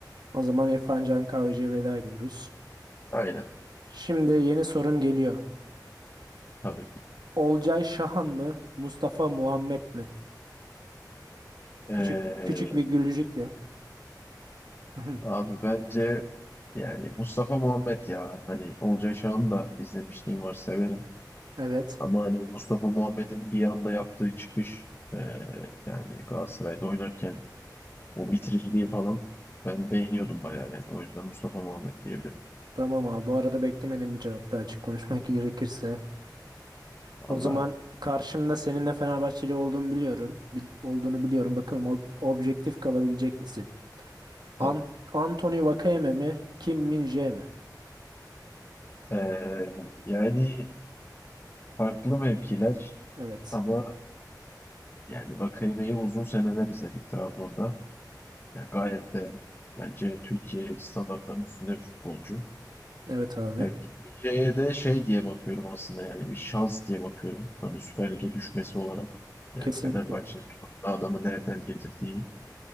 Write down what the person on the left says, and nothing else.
Aynen
tabii.
Ee,
abi bence yani Mustafa Muhammed ya hani Olcay Şahan'ı da izlemişliğim var severim.
Ama hani Mustafa Muhammed'in bir anda yaptığı çıkış e, yani Galatasaray'da oynarken o bitiriciliği falan ben beğeniyordum bayağı yani. O yüzden Mustafa Muhammed diyebilirim.
Valla
tabii.
E, yani farklı mevkiler
ama yani Vakayeme'yi uzun seneler izledik Trabzon'da. Yani gayet de bence Türkiye standartlarının üstünde bir futbolcu.
Ya gitmeyeceğe de şey diye bakıyorum aslında yani bir şans diye bakıyorum. Hani Süper Lig'e düşmesi olarak yani
Fenerbahçe'nin tutup da adamı nereden getirdiği